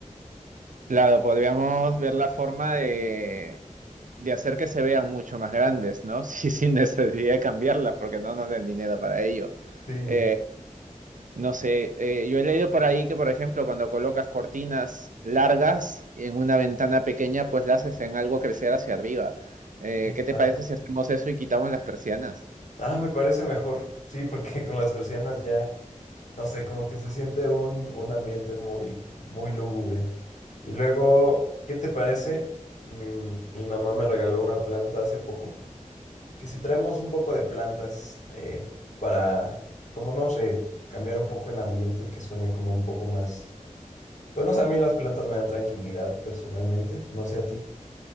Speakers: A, on the right; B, on the left.
A: Claro, podríamos ver la forma de, de hacer que se vean mucho más grandes, ¿no? <laughs> Sí, sin necesidad de cambiarlas, porque no nos den dinero para ello.
B: Sí,
A: Eh, no sé, eh, yo he leído por ahí que, por ejemplo, cuando colocas cortinas largas en una ventana pequeña, pues la haces en algo crecer hacia arriba. Eh,
B: Sí,
A: ¿qué te
B: claro.
A: parece si hacemos eso y quitamos las persianas?
B: Ah, me parece mejor. Sí, porque <laughs> con las persianas ya, no sé, como que se siente un, un ambiente muy, muy lúgubre. Y luego, ¿qué te parece? Mi, mi mamá me regaló una planta hace poco, que si traemos un poco de plantas eh, para, como no sé, cambiar un poco el ambiente y que suene como un poco más... Pues no sé, a mí las plantas me dan tranquilidad personalmente, no sé a ti.